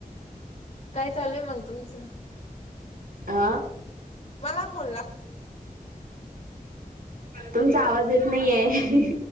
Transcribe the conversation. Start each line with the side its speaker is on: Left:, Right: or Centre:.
Left: काय चालूय मग तुमचं?
Right: आ?
Left: मला फोन ला
Right: तुमचा आवाज येत नाहीये.